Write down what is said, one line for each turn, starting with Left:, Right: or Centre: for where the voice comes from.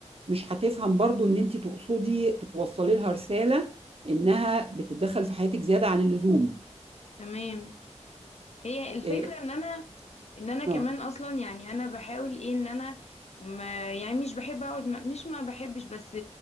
Right: مش هتفهم برضو ان انت تقصدي توصلي لها رسالة انها بتتدخل في حياتك زيادة عن اللزوم
Left: تمام هي الفكرة
Right: إيه،
Left: ان انا ان انا كمان
Right: اه
Left: اصلا يعني انا بحاول ايه ان انا ما يعني مش بحب اقعد ما مش ما بحبش بس